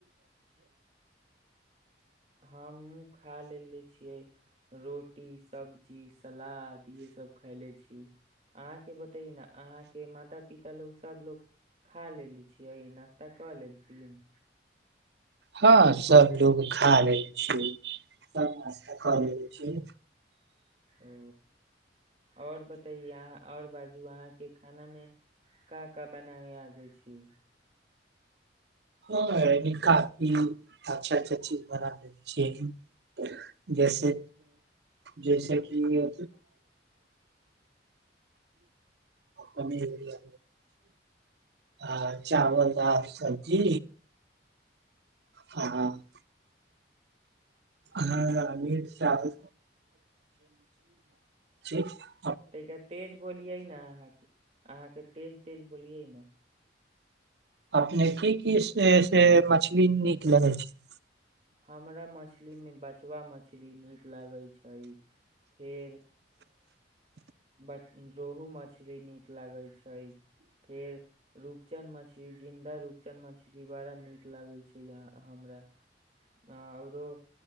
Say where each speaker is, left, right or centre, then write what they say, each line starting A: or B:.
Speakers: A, on the right; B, on the right.
A: हम खा लेले छियै। रोटी सब्जी सलाद इहे सब खयले छी अहाँके बतै ने अहाँके माता पिता लोको सभलो खा लेलेे छियै नाश्ता कऽ लेलथिन?
B: हँ सब लोग खा लै छैय सब नाश्ता करै छी।
A: ओ आओर बतैए अहां आओर बाजू अहाँके खानामे का का बनाबै आ जाइ छी?
B: ह काफी अच्छा अच्छा चीज बना लय छी जैसे जैस की पनीर आ चावल दाल सब जी हँ हँ ह मिट चावल सब <unintelligible>
A: तयका तेज बोलियै ने अहाँ अहाँके तेज तेज बोलियै ने।
B: अपनेके की की से से मछली नीक लगै छैय?
A: हमरा मछलीमे बचवा मछली नीक लगैत छैय फेर ब रोहू मछली नीक लगैत छैय फेर रूपचन्द मछली जिन्दा रूपचन्द मछली बड़ा नीक लगैत छैहाँ हमरा। आ आऔरो